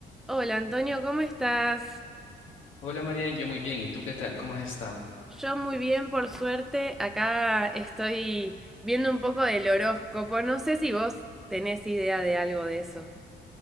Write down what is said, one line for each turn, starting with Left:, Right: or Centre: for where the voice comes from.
Centre: Hola Antonio, ¿cómo estás?
Left: Hola Marian, yo muy bien. ¿Y tú qué tal? ¿Cómo has estado?
Centre: Yo muy bien, por suerte. Acá estoy viendo un poco del horóscopo. No sé si vos tenés idea de algo de eso.